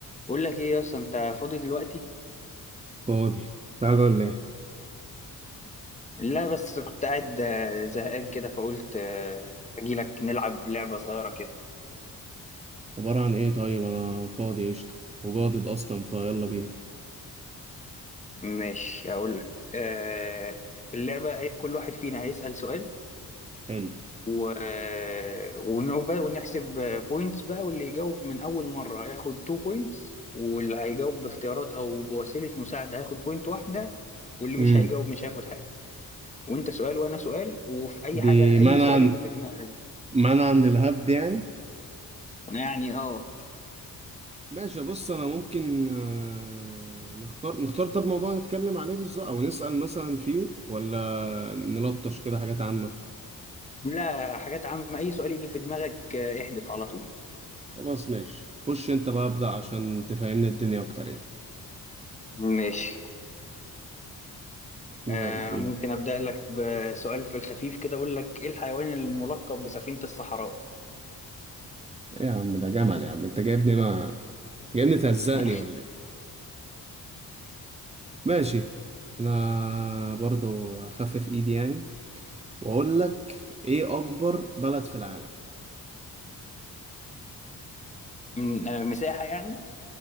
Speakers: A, on the left; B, on the right.
A: بقول لك ايه يا اسطى انت فاضي دلوقتي
B: فاضي تعالى ولا ايه
A: لا بس كنت قاعد آه، زهقان كده فقلت آه، اجيلك نلعب لعبة صغيرة كده
B: عبارة عن ايه طيب انا فاضي قشطة وجادد اصلا فيلا بينا
A: ماشي اقول لك آه، اللعبة هي- كل واحد فينا هيسأل سؤال
B: حلو
A: و... ونوب- ونحسب بوينتس بقى واللي يجاوب من اول مرة هياخد 2 بوينتس واللي هيجاوب باختيارات او بوسيلة مساعدة هياخد بوينت واحدة واللي
B: امم
A: مش هيجاوب مش هياخد حاجة وانت سؤال وانا سؤال وفي اي
B: دي
A: حاجة اي
B: منع
A: سؤال يجي في دماغك
B: منع من الهبد يعني
A: يعني اه
B: ماشي بص انا ممكن آه، نختار نختار طب موضوع نتكلم عليه بالظبط او نسأل مثلا فيه ولا نلطش كده حاجات عامة
A: لا حاجات عامة أي سؤال يجي في دماغك آه، احذف على طول
B: خلاص ماشي خش انت بقى ابدأ عشان تفهمني الدنيا اكتر يعني
A: ماشي
B: يلا
A: آه
B: بينا
A: ممكن أبدأ لك بسؤال في الخفيف كده أقول لك إيه الحيوان الملقب بسفينة الصحراء
B: ايه يا عم ده جمل يا عم انت جايبني ما جايبني تهزقني
A: <laughs>
B: ولا ايه ماشي انا برضو اخفف ايدي يعني واقول لك ايه اكبر بلد في العالم
A: من آه مساحة يعني